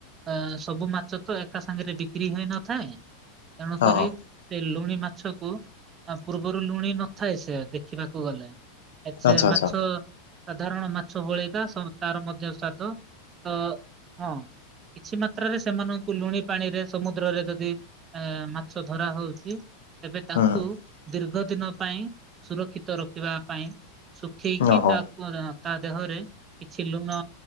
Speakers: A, on the right; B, on the left.
A: ଆ ସବୁ ମାଛ ତ ଏକା ସାଙ୍ଗେରେ ବିକ୍ରି ହେଇ ନ ଥାଏଁ ତେଣୁକରି
B: ହଁ ହଁ
A: ସେ ଲୁଣି ମାଛକୁ ଆ ପୂର୍ବରୁ ଲୁଣି ନଥାଏ ସେ ଦେଖିବାକୁ ଗଲେ। ଏ ଛେ
B: ଆଚ୍ଛା ଆଚ୍ଛା
A: ମାଛ ସାଧାରଣ ମାଛ ଭଳିକା ସବୁ ତାର ମଧ୍ୟ ସ୍ୱାଦ ତ ହଁ କିଛି ମାତ୍ରାରେ ସେମାନଙ୍କୁ ଲୁଣି ପାଣିରେ ସମୁଦ୍ରରେ ଯଦି ଏ ମାଛ ଧରା ହଉଛି ତେବେ ତାକୁ
B: ହୁଁ
A: ଦୀର୍ଘ ଦିନ ପାଇଁ ସୁରକ୍ଷିତ ରଖିବା ପାଇଁ ଶୁଖେଇକି
B: ଓହୋ
A: ତାକୁ ଦେ ହଁ ତା ଦେହରେ କିଛି ଲୁଣ